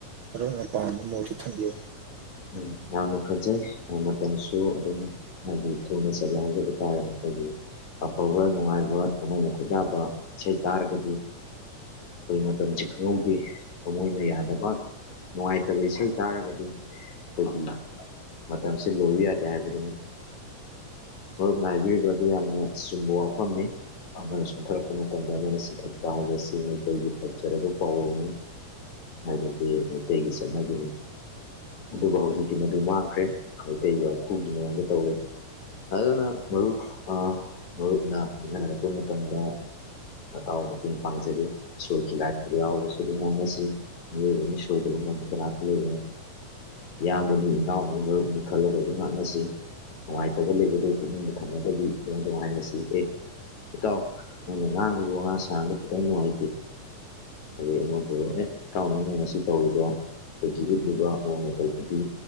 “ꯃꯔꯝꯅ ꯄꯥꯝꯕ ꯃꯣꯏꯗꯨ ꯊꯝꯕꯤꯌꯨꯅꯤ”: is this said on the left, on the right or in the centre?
Right